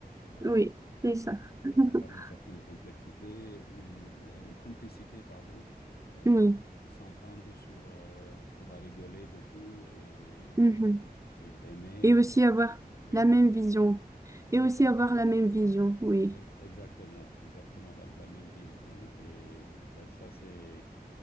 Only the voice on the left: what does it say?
Euh,
avoir une certaine complexité, euh, euh, complicité, pardon, euh,
s'entendre sur euh, pouvoir rigoler de tout et,
et aimer.
Donc,
euh,
oui,
exactement.
Ex- Exactement, exactement la, la même vision. Et ça, ça c'est,